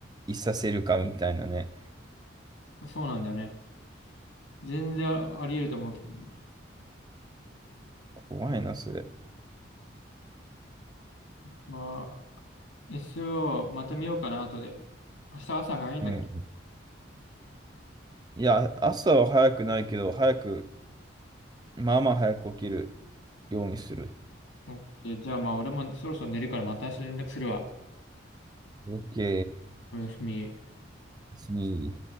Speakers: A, on the right; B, on the left.
A: いさせるかみたいなね。
B: そうなんだよね。全然あり得ると思うけどね。
A: 怖いな、それ。
B: まあ、SO また見ようかな、後で。明日朝早いんだっけ。
A: うんいや、朝は早くないけど、早く、まあまあ早く起きるようにする。
B: OK。じゃあまあ、俺もそろそろ寝るからまた明日連絡するわ。
A: OK。
B: おやすみ。
A: 別に